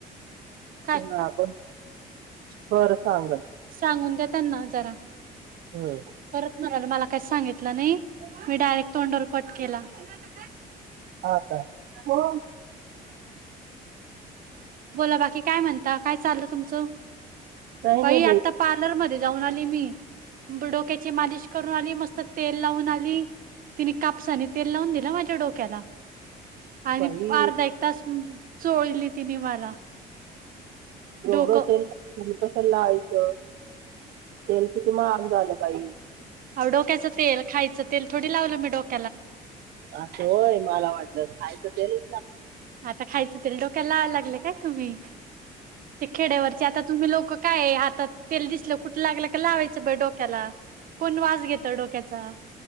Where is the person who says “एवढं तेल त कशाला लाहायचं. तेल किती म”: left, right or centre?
Right